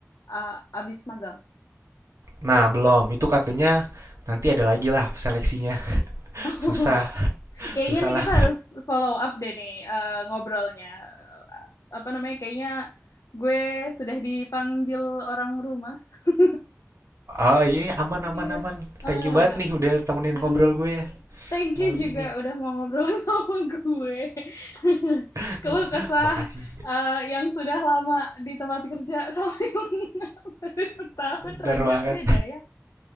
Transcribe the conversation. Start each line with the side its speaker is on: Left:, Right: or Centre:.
Left: eh, abis magang?
Right: Nah, belum. Itu katanya nanti ada lagi lah seleksinya. <laughs>
Left: <laughs>
Right: Susah,
Left: Kayaknya
Right: susah
Left: nih
Right: lah.
Left: kita harus follow up deh nih eh, ngobrolnya. Eh, Apa namanya? Kayaknya gue sudah dipanggil orang rumah. <laughs>
Right: Oh iya, iya. aman aman
Left: Iya.
Right: aman.
Left: Amanan.
Right: Thank you banget nih udah temenin
Left: Mm-mm.
Right: ngobrol gue ya
Left: Thank
Right: malam
Left: you juga
Right: ini.
Left: udah mau ngobrol <laughs> sama gue. <laughs>
Right: <laughs>
Left: Keluh kesah
Right: Makasih.
Left: eh, yang sudah lama di tempat kerja sama <laughs> yang baru setahun
Right: Bener
Left: rada
Right: banget.
Left: beda ya.